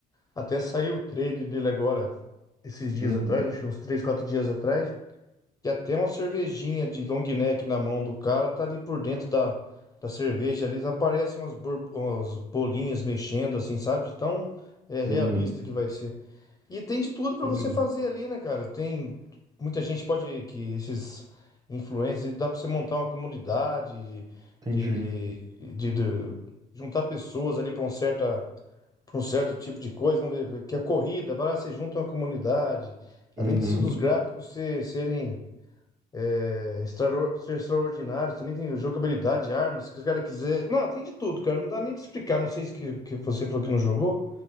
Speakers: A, on the left; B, on the right.
A: Até saiu o trailer dele agora, esses dias
B: Uhum,
A: atrás, acho que uns 3 4 dias atrás. E até uma cervejinha de long neck na mão do cara tá ali por dentro da, da cerveja ali. Aparecem umas, bor- umas bolinhas mexendo, assim, sabe? De tão é, realista
B: uhum,
A: que vai ser. E tem de tudo pra
B: entendi,
A: você fazer ali, né, cara? Tem muita gente pode que esses influencers dá pra você montar uma comunidade
B: entendi.
A: de, de, de- de- juntar pessoas ali pra um certo para um certo tipo de coisa. Vamos ver que a corrida, vai lá, você junta uma comunidade. Além
B: Uhum,
A: disso, dos gráficos se- serem é, extraor- ser extraordinários, também tem jogabilidade, armas, se os caras quiser. Não, tem de tudo, cara. Não dá nem pra explicar. Não sei se que, que você falou que não jogou.